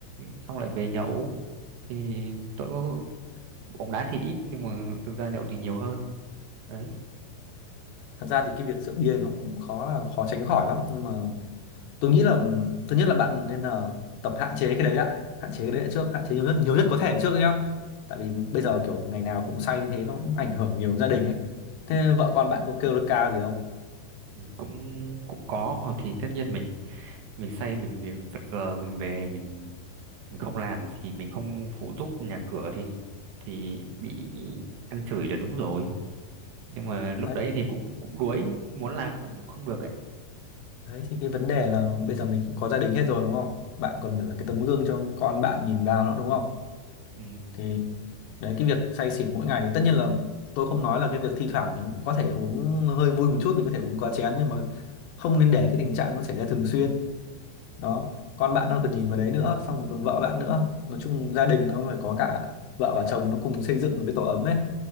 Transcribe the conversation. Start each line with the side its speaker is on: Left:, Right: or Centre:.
Right: xong lại về nhậu thì tôi bóng đá thì ít nhưng mà thực ra nhậu thì nhiều hơn đấy
Left: thật ra thì cái việc rượu bia nó cũng khó là khó tránh khỏi lắm nhưng mà tôi nghĩ là thứ nhất là bạn nên là tập hạn chế cái đấy lại hạn chế cái đấy lại trước hạn chế nhiều nhất nhiều nhất có thể trước đấy nhá tại vì bây giờ kiểu ngày nào cũng say như thế nó cũng ảnh hưởng nhiều đến gia đình ấy thế vợ con bạn có kêu là ca gì không
Right: ừ, cũng cũng có hoặc thì tất nhiên mình mình say mình về- vật vờ mình về mình mình không làm gì mình không phụ giúp nhà cửa thì thì bị ăn chửi là đúng rồi nhưng mà lúc
Left: đấy
Right: đấy thì cũng cũng đuối muốn làm cũng không được ấy
Left: đấy thì cái vấn đề là bây giờ mình cũng có gia đình hết rồi đúng không bạn còn phải là cái tấm gương cho con bạn nhìn vào nữa đúng không
Right: ừ.
Left: thì đấy cái việc say xỉn mỗi ngày tất nhiên là tôi không nói là cái việc thi thoảng mình có thể uống hơi vui một chút mình có thể uống quá chén nhưng mà không nên để cái tình trạng nó xảy ra thường xuyên đó con bạn nó cần nhìn vào đấy nữa xong rồi còn vợ bạn nữa nói chung gia đình nó phải có cả vợ và chồng nó cùng xây dựng một cái tổ ấm ấy